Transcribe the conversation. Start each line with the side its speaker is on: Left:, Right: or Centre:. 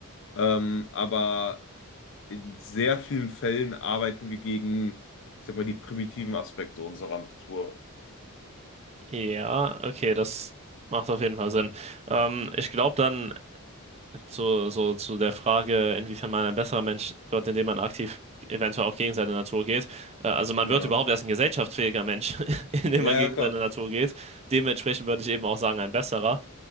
Left: Ähm, aber in sehr vielen Fällen arbeiten wir gegen, ich sag mal, die primitiven Aspekte unserer Natur.
Right: Ja, okay, das macht auf jeden Fall Sinn. Ähm, ich glaube dann zu, so zu der Frage, inwiefern man ein besserer Mensch wird, indem man aktiv eventuell auch gegen seine Natur geht. Äh, also man
Left: Ja.
Right: wird überhaupt erst ein gesellschaftsfähiger Mensch, <laughs> indem
Left: Ja,
Right: man gegen
Left: ja, klar.
Right: seine Natur geht. Dementsprechend würde ich eben auch sagen, ein besserer.